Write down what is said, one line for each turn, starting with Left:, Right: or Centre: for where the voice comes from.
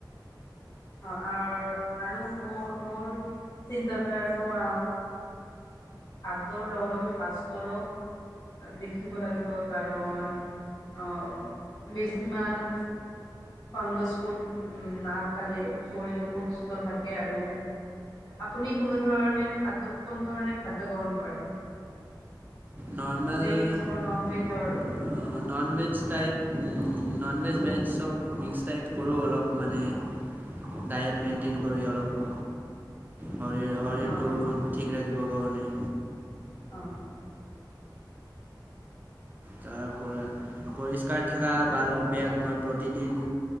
Left: অহাৰ আৰু মোৰ মোৰ চিন্তাধাৰাতো অ হাড্ৰৰ লগে লগে ভাস্তৰো দেখিব লাগিব কাৰণ অ বেছিমান ফাংগাছ ফুড নাখালে শৰীৰ সুস্থ থাকে আৰু আপুনি কোনো ধৰণে খাদ্য কোনো ধৰণৰ খাদ্য গ্ৰহণ কৰে?
Right: নৰ্মেল
Left: ভেজ
Right: অ
Left: অৰ নন ভেজৰ
Right: ননভেজ টাইপ উ ননভেজ ভেজ চব মিক্স টাইপ কৰো অলপ মানে ডায়েট মেইনটেইন কৰি অলপ শৰীৰ শৰীৰটো
Left: অঁ
Right: ঠিক ৰাখিব কাৰণে
Left: অ
Right: তাৰপৰা পৰিষ্কাৰ থাকা বাল অভ্যাস মই প্ৰতিদিন